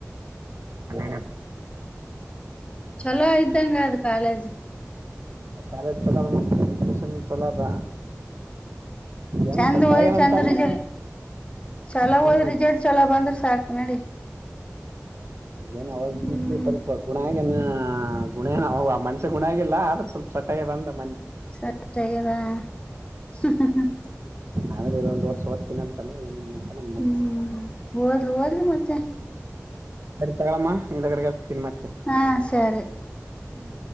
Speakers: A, on the right; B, on the left.
A: <unintelligible>
B: ಚಲೋ ಇದ್ದಂಗ ಅದ್ ಕಾಲೇಜ್
A: ಕಾಲೇಜ್ ಚಲೋ <unintelligible> ಚಲೋ ಅದ ಏನು
B: ಚೆಂದ
A: ಸತ್ತ
B: ಓದ್
A: ಆಗ್ಯದ
B: ಚೆಂದ
A: ಅಂತ ಅಂದ
B: ರಿಜಲ್ ಚಲೋ
A: ಹ್ಮ್
B: ಓದ್ ರಿಜಲ್ಟ್ ಚಲೋ ಬಂದ್ರ್ ಸಾಕ್ ನಡಿ.
A: ಏನು ಅವಾಗೀಗ್
B: ಹ್ಮ್
A: ಸ್ವಲ್ಪ ಗುಣ ಆಗೇನ ಗುಣ ಏನ್ ಮನ್ಷ್ಯ ಗುಣ ಆಗಿಲ್ಲ ಆದ್ರೆ ಸ್ವಲ್ ಸೆಟ್ ಆಗ್ಯದ್ ಅಂದ ಮನ್ನೆ
B: ಸೆಟ್ ಆಗ್ಯದ ಹ್ಮ್. ಹ್ಮ್ ಹ್ಮ್.
A: ಆದ್ರೆ ಇದ್ ಒಂದ್ ವರ್ಷ ಓದ್ತೀನಿ ಅಂತಾನ ಏನನ್ ಮಾಡ್ತಾನ ಮುನ್
B: ಹ್ಮ್ ಓದ್ಲು ಓದ್ಲಿ ಮತ್ತೆ
A: ಸರಿ ತಗಳಮ್ಮ ಹಿಂದಗಡೆಗ್ ಹಚ್ತಿನಿ ಮತ್ತೆ.
B: ಹಾ ಸರಿ
A: ಹ್ಮ್